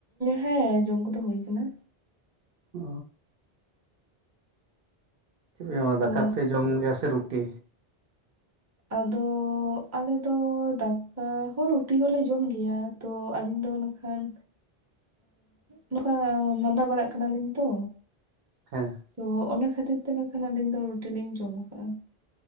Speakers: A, on the right; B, on the right.
A: ᱦᱮᱸ ᱡᱚᱢ ᱠᱚᱫᱚ ᱦᱩᱭ ᱟᱠᱟᱱᱟ
B: ᱚ ᱪᱮᱫ ᱯᱮ ᱡᱚᱢᱟ
A: ᱛᱚ
B: ᱫᱟᱠᱟ ᱯᱮ ᱡᱚᱢ ᱜᱮᱭᱟ ᱥᱮ ᱨᱩᱴᱤ
A: ᱟᱫᱚ ᱟᱞᱮᱫᱚ ᱫᱟᱠᱟ ᱦᱚᱸ ᱨᱩᱴᱤ ᱦᱚᱞᱮ ᱡᱚᱢ ᱜᱮᱭᱟ ᱛᱚ ᱟᱹᱞᱤᱧ ᱫᱚ ᱱᱟᱜᱠᱷᱟᱱ ᱱᱚᱝᱠᱟ ᱢᱟᱫᱟ ᱵᱟᱲᱟᱜ ᱠᱟᱱᱟᱞᱤᱧ ᱛᱚ
B: ᱦᱮᱸ
A: ᱛᱚ ᱚᱱᱟ ᱠᱷᱟᱹᱛᱤᱨ ᱛᱮ ᱱᱟ ᱠᱷᱟᱱ ᱟᱹᱞᱤᱧ ᱫᱚ ᱨᱩᱴᱤ ᱞᱤᱧ ᱡᱚᱢᱟᱠᱟ